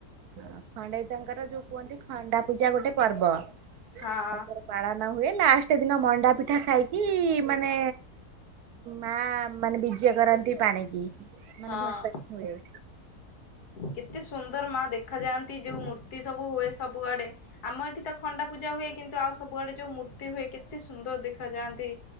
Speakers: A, on the right; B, on the left.
A: ହଁ ଖଣ୍ଡେଇତଙ୍କର ଯୋଉ କୁହନ୍ତି ଖଣ୍ଡା ପୂଜା ଗୋଟେ ପର୍ବ
B: ହଁ।
A: ତାଙ୍କର। ପାଳନ ହୁଏ ଲାଷ୍ଟ ଦିନ ମଣ୍ଡା ପିଠା ଖାଇକି ମାନେ ମା ମାନେ ବିଜେ କରନ୍ତି ପାଣିକି ମାନେ
B: ହଁ
A: ଭଶାଣି ହୁଏ।
B: କେତେ ସୁନ୍ଦର ମା ଦେଖା ଯାଆନ୍ତି ଯୋଉ ମୂର୍ତ୍ତି ସବୁ ହୁଏ ସବୁଆଡେ। ଆମ ଏଠି ତ ଖଣ୍ଡା ପୂଜା ହୁଏ କିନ୍ତୁ ଆଉ ସବୁଆଡେ ଯୋଉ ମୂର୍ତ୍ତି ହୁଏ କେତେ ସୁନ୍ଦର ଦେଖାଯାଆନ୍ତି।